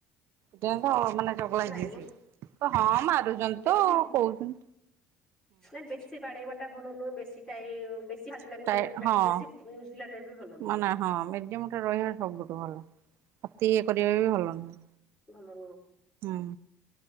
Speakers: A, on the right (about 65°); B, on the left (about 20°).
A: ପିଟିଲେ ମାନେ ରୋଗୁଆ ହେଇଯିବେ
B: ନାଇଁ ମ
A: ସେ ହଁ ମାରୁଛନ୍ତି
B: ବେଶୀ
A: ତ କହୁ
B: ନା ବେଶୀ ବାଢେଇବାଟା ଭଲ ନୁହେଁ ବେଶ। ସେଟା ଏଇ ବେସି ଫାଜିଲାମି
A: ହଁ
B: କରିବା ଛାଡି
A: ହଁ।
B: ବେସି ଫୁଜିଲା କରିବା ବି ଭଲ ନୁହଁ।
A: ମାନେ ହଁ ମିଡିୟମ ଟା ରହିବା ସବୁଠୁ ଭଲ ଅତି ଇଏ କରିବା ବି ଭଲ ନୁହଁ।
B: ଭଲ ନୁହଁ।
A: ହୁଁ।